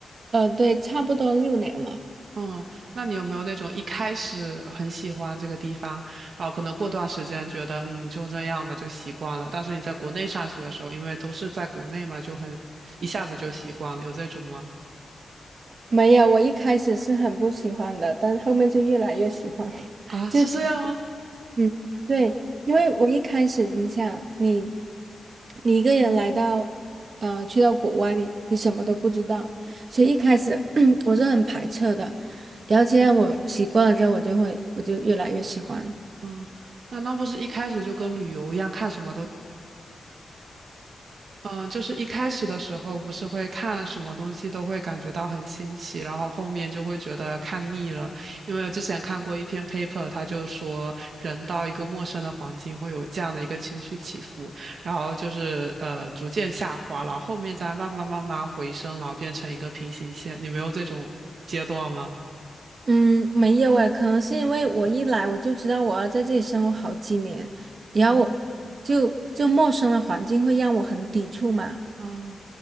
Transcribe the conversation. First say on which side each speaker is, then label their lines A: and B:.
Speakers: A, on the right; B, on the right.
A: 呃，对，差不多六年了。
B: 嗯，那你有没有那种一开始很喜欢这个地方，然后可能过段时间觉得嗯就这样吧，就习惯了？但是你在国内上学的时候，因为都是在国内嘛，就很一下子就习惯了，有这种吗？
A: 没有，我一开始是很不喜欢的，但是后面就越来越喜欢。<laughs>
B: 啊，
A: 就
B: 是这样吗？
A: 嗯，对，因为我一开始，你想，你你一个人来到，呃，去到国外，你你什么都不知道，所以一开始 <clears throat> 我是很排斥的。然后现在我习惯了之后，我就会我就越来越喜欢。
B: 嗯，那那不是一开始就跟旅游一样，看什么都。嗯，就是一开始的时候，不是会看什么东西都会感觉到很新奇，然后后面就会觉得看腻了。因为之前看过一篇 paper，他就说人到一个陌生的环境会有这样的一个情绪起伏，然后就是呃逐渐下滑，然后后面再慢慢慢慢回升，然后变成一个平行线。你没有这种阶段吗？
A: 嗯，没有诶，可能是因为我一来我就知道我要在这里生活好几年，然后就就陌生的环境会让我很抵触嘛。
B: 嗯嗯